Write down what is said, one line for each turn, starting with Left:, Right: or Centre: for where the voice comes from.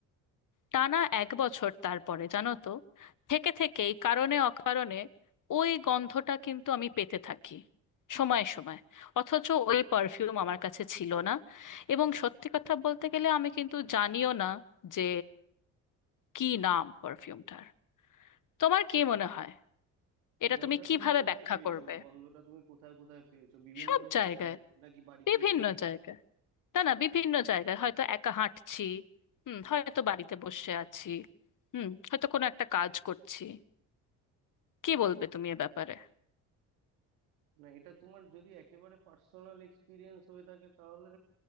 Left: টানা এক বছর তারপরে জানো তো থেকে থেকেই কারণে অকারণে ওই গন্ধটা কিন্তু আমি পেতে থাকি সময়ে সময়ে অথচ ওই পারফিউম আমার কাছে ছিল না এবং সত্যি কথা বলতে গেলে আমি কিন্তু জানিও না যে কি নাম পারফিউমটার তোমার কি মনে হয় এটা
Right: মানে
Left: তুমি
Right: ওটা
Left: কিভাবে
Right: তুমি কোথায়
Left: ব্যাখ্যা
Right: পেয়েছো
Left: করবে
Right: ওই গন্ধটা তুমি কোথায় কোথায় পেয়েছো বিভিন্ন
Left: সব
Right: জায়গায়
Left: জায়গায়
Right: নাকি বাড়িতেই
Left: বিভিন্ন
Right: পেয়েছো
Left: জায়গায় না না বিভিন্ন জায়গায় হয়তো একা হাঁটছি হুম হয়তো বাড়িতে বসে আছি হুম হয়তো কোনো একটা কাজ করছি কি বলবে তুমি এ ব্যাপারে
Right: না এটা তোমার যদি একেবারে পার্সোনাল এক্সপিরিয়েন্স হয়ে থাকে তাহলে